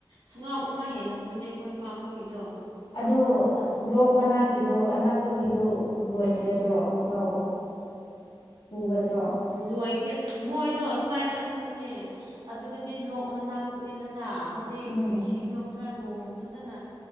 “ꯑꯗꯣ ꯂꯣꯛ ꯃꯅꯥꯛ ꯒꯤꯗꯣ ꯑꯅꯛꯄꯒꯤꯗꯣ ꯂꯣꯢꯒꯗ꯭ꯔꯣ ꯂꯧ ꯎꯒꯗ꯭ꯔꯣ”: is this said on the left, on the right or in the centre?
Left